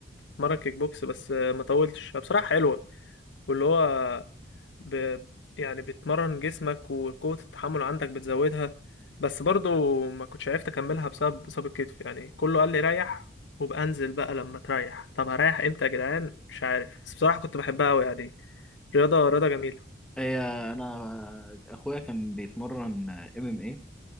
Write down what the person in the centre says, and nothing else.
هي انا اخويا كان بيتمرن ام ام اي